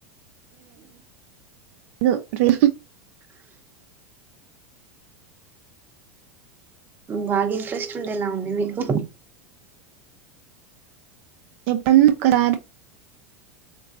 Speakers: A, on the right; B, on the right.
A: ఇ రీ
B: బాగా ఇంట్రెస్ట్ ఉండేలా ఉంది మీకు
A: <unintelligible>